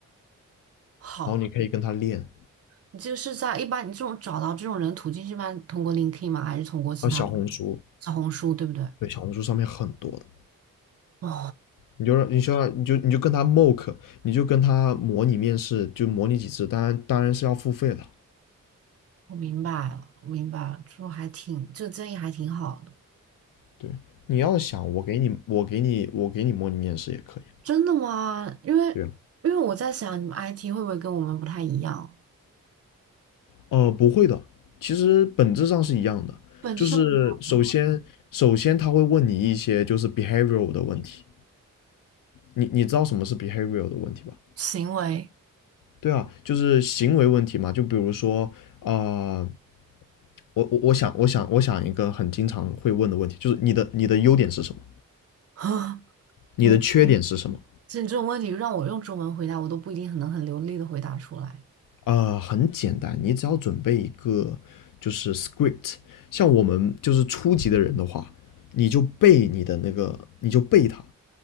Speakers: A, on the right; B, on the left.
A: 好。
B: 然后你可以跟他练，啊
A: 你这个是在一般你这种找到这种人途径是一般通过 LinkedIn 吗？还是通过其他
B: 小红书。
A: 小红书，对不对？
B: 对，小红书上面很多的，
A: 哦，
B: 你就让你就要你就你就跟他 mock，你就跟他模拟面试，就模拟几次，当然当然是要付费的。
A: 我明白了，我明白了，这还挺，这个建议还挺好的。
B: 对，你要想我给你我给你我给你模拟面试也可以。
A: 真的吗？因为
B: 对啊
A: 因为我在想，你们 IT 会不会跟我们不太一样？
B: 呃，不会的，其实本质上是一样的，
A: 本质上不一样的
B: 就是首先首先他会问你一些就是 behavioral 的问题，你你知道什么是 behavioral 的问题吧？
A: 行为
B: 对啊，就是行为问题嘛，就比如说啊、呃我我我想我想我想一个很经常会问的问题，就是你的你的优点是什么？
A: 啊，
B: 你的缺点是什么？
A: <laughs> 你这这种问题让我用中文回答，我都不一定很能很流利的回答出来。
B: 呃，很简单，你只要准备一个就是 script，像我们就是初级的人的话，你就背你的那个，你就背它，